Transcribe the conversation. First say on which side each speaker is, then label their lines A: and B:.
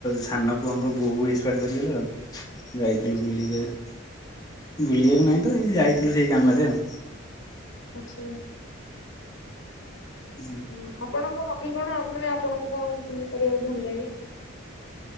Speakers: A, on the left; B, on the left.
A: ସାନ ପୁଅଙ୍କ ବୋହୁ ଏକ୍ସପାର୍ଟ କରିଗଲେ ତ। ଯାଇଥିଲୁ
B: ଆଚ୍ଛା।
A: ବୁଲିକି ଆ ବୁଲିବାକୁ ନାହିଁ ତ ଏଇ ଯାଇଥିଲୁ ସେଇ କାମରେ ଆଉ।
B: ଆଛା।
A: ହୁଁ
B: ହୁଁ ଆପଣଙ୍କ ହବି କଣ ମାନେ ଆପଣଙ୍କ କଣ କରିବାକୁ ଭଲ ଲାଗେ?